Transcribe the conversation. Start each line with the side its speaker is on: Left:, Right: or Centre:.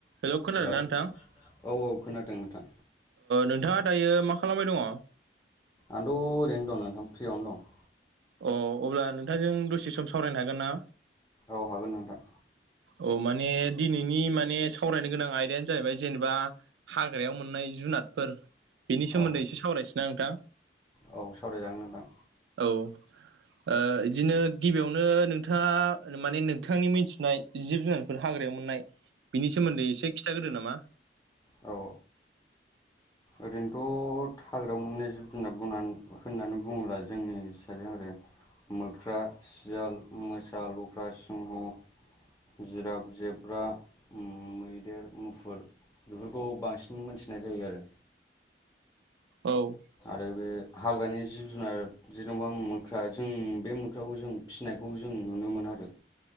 Right: हेल' खोनादोंना
Left: hello
Right: नोंथां?
Left: औ औ खोनादों नोंथां
Right: नोंथाङा दायो मा खालामबाय दङ?
Left: आंथ' ओरैनो दं नोंथां फ्रियावनो दं।
Right: अ अब्ला नोंथांजों दसे सम सावरायनो हागोन ना?
Left: औ हागोन नोंथां।
Right: औ माने दिनैनि माने सावरायनो गोनां आयदायानो जाहैबाय जेनेबा हाग्रायाव मोननाय जुनादफोर बेनि सोमोन्दै
Left: औ
Right: एसे सावरायनोसै ना नोंथां।
Left: औ सावरायजागोन नोंथां
Right: औ बिदिनो गिबियावनो नोंथाङा माने नोंथांनि मिथि नाय जिब जुनारफोर हाग्रायाव मोननाय बिनि सोमोन्दै एसे खिथाग्रोदो नामा।
Left: अ। ओरैनोथ' हाग्रायाव मोननाय जिब जुनार बुंनानै होननानै बुङोब्ला जोंनि हिसाजों आरो मोख्रा, सियाल, मोसा, लख्रा, सिंह जिराद, जेब्रा, मैदेर, मुफुर बेफोरखौ बांसिन मोनथिनाय जायो आरो
Right: औ
Left: आरो बे हाग्रानि जिब जुनार जेनेबा मोख्रा जों बे मोख्राखौ जों फिसिनायखौ जों नुनो मोनो आरो।